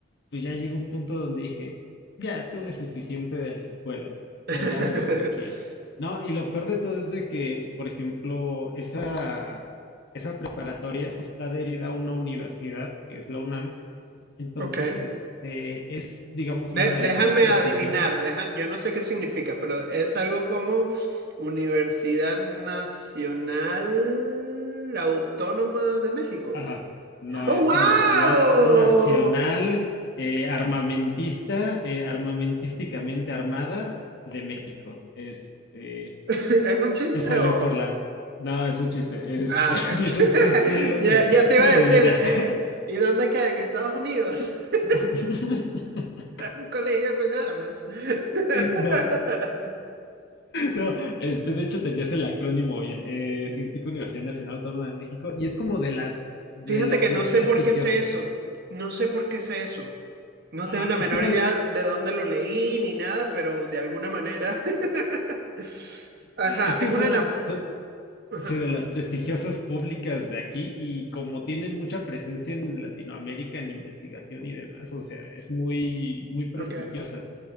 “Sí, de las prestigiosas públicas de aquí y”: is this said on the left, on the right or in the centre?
Left